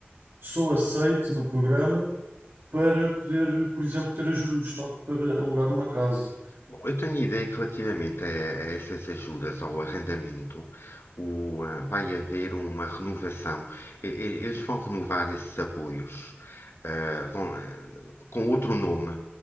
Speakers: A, on the right; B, on the left.
A: sou aceite no programa para poder, por exemplo, ter ajuda do Estado para alugar uma casa.
B: Bom, eu tenho a ideia que relativamente a, a essas ajudas ao arrendamento, o, ah, vai haver uma renovação. E- e- Eles vão renovar esses apoios, ah, vão, ah, com outro nome,